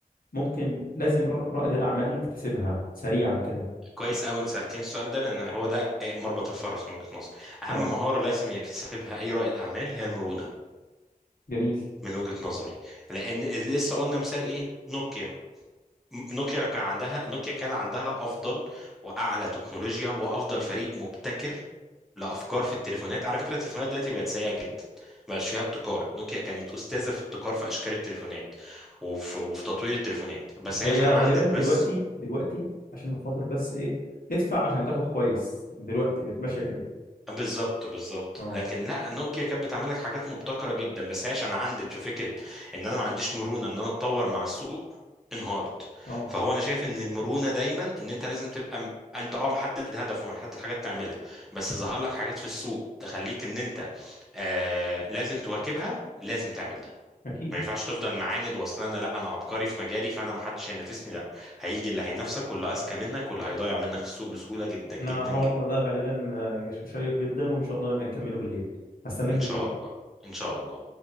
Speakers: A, on the left (about 70°); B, in the centre.
A: ممكن لازم ر- رائد الاعمال يكتسبها سريعا كده
B: كويس قوي انت سالتين السؤال ده لان هو ده مربط الفرس من وجهه نظري اهم
A: اه
B: مهاره لازم يكتسبها اي رائد اعمال هي المرونه
A: جميل
B: من وجهه نظري لان لسه قلنا مثال ايه نوكيا م- نوكيا لو كان عندها نوكيا كان عندها افضل واعلى تكنولوجيا وافضل فريق مبتكر لافكار في التليفونات على فكره التليفونات دلوقتي بقت سيئه جدا مبقاش فيها ابتكار نوكيا كانت استاذه في ابتكار في اشكال التليفونات وفي, وفي تطوير التليفونات بس هي
A: هي
B: عشان عندت
A: غالبا
B: بس
A: دلوقتي دلوقتي عشان خاطر بس ايه ادفع عشان تاخد كويس دلوقتي بقت ماشيه كده
B: بالظبط بالظبط
A: اه
B: لكن لا نوكيا كانت بتعمل لك حاجات مبتكره جدا بس هي عشان عندت في فكره ان انا ما عنديش مرونه ان انا اتطور مع السوق انهارت
A: اه
B: فهو انا شايف ان المرونه دايما ان انت لازم تبقى م... انت اه محدد هدف ومحدد حاجات تعملها بس ظهر لك حاجات في السوق تخليك ان انت آه لازم تواكبها لازم تعمل ده
A: اكيد
B: ما ينفعش تفضل معاند واصل انا لا انا عبقري في مجالي فانا ما حدش هينافسني لا هيجي اللي هينافسك واللي اذكى منك واللي هيضيع منك السوق بسهوله جدا
A: احنا
B: جدا
A: حوارنا
B: جدا
A: ده غالبا آه، شيق جدا وان شاء الله نبقى نكمله بالليل هستناك
B: ان
A: بالليل
B: شاء الله ان شاء الله